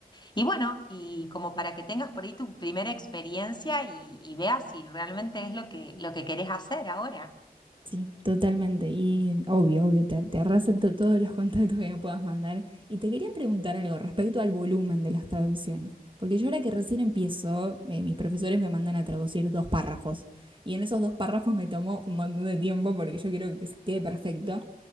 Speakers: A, on the left; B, on the right.
A: y bueno, y como para que tengas por ahí tu primera experiencia y, y veas si realmente es lo que, lo que querés hacer ahora.
B: Sí, totalmente. Y obvio, obvio, te, te reacepto todos los <laughs> contactos que me puedas mandar. Y te quería preguntar algo respecto al volumen de las traducciones. Porque yo ahora que recién empiezo, eh, mis profesores me mandan a traducir dos párrafos. Y en esos dos párrafos me tomó un montón de tiempo porque yo quiero que se quede perfecto.